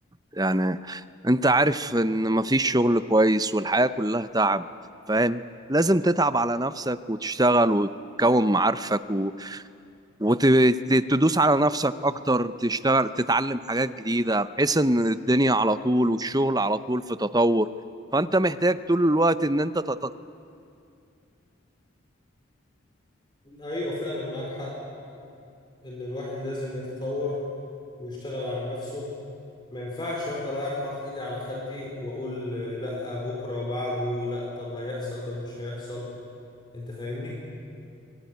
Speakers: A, on the right; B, on the left.
A: يعني انت عارف ان مفيش شغل كويس والحياة كلها تعب فاهم لازم تتعب على نفسك وتشتغل وتكون معارفك و... وتدوس على نفسك اكتر تشتغل تتعلم حاجات جديدة بحيث ان الدنيا على طول والشغل على طول في تطور فانت محتاج طول الوقت ان انت تط...
B: أيوة فعلا معاك حق إن الواحد لازم يتطور ويشتغل على نفسه ما ينفعش أفضل قاعد حاطط إيدي على خدي وأقول آه، لأ بكرة بعده لأ طب هيحصل طب مش هيحصل أنت فاهمني؟